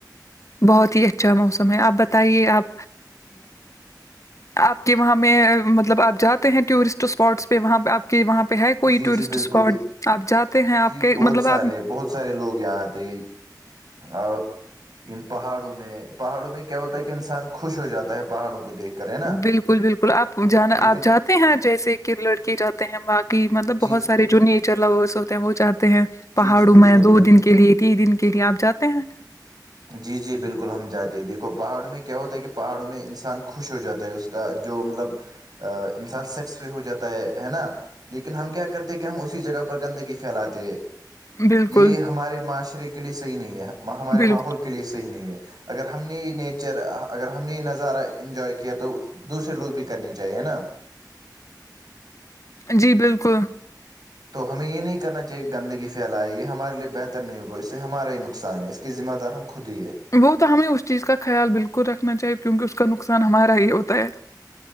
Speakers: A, on the left (about 45°); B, on the right (about 60°).
A: بہت ہی اچھا موسم ہے آپ بتائیے آپ آپ کے وہاں میں مطلب آپ جاتے ہیں ٹورسٹ اسپاٹس پہ وہاں پہ آپ کے وہاں پہ ہے کوئی
B: جی
A: ٹورسٹ
B: جی بالکل
A: اسپاٹ آپ جاتے ہیں آپ
B: جی
A: کے
B: بہت
A: مطلب
B: سارے
A: آپ
B: بہت سارے لوگ یہاں آتے اور ان پہاڑوں میں پہاڑوں میں کیا ہوتا ہے کہ انسان خوش ہو جاتا ہے پہاڑوں کو دیکھ کر ہے نا
A: بالکل بالکل آپ جانا
B: لیکن
A: آپ ہیں جیسے کہ لڑکے جاتے ہیں باقی مطلب
B: جی
A: بہت
B: جی
A: سارے جو نیچر لورس ہوتے ہیں وہ جاتے ہیں
B: جی
A: پہاڑوں
B: جی بالکل
A: میں دو
B: بالکل
A: دن کے لیے تین دن کے لیے آپ جاتے ہیں
B: جی جی بالکل ہم جاتے دیکھو پہاڑوں میں کیا ہوتا ہے کہ پہاڑوں میں انسان خوش ہو جاتا ہے اس کا جو مطلب انسان سیٹسفائی ہو جاتا ہے ہے نا لیکن ہم کیا کرتے ہیں کہ ہم اسی جگہ پر گندگی پھیلاتے
A: بالکل
B: یہ ہمارے معاشرے کے لیے صحیح نہیں ہے ہمارے
A: بالکل
B: ماحول کے لیے صحیح نہیں ہے اگر ہم نے یہ نیچر اگر ہم نے یہ نظارہ انجوائے کیا تو دوسرے لوگ بھی کرنی چاہیے ہے نا
A: جی بالکل
B: تو ہمیں یہ نہیں کرنا چاہیے کہ گندگی پھیلائے یہ ہمارے لیے بہتر نہیں ہوگا اس سے ہمارا ہی نقصان ہے اس کہ ذمدار ہم خود ہی ہے
A: وہ تو ہمیں اس چیز کا خیال بالکل رکھنا چاہیے کیونکہ اس کا نقصان ہمارا ہی ہوتا ہے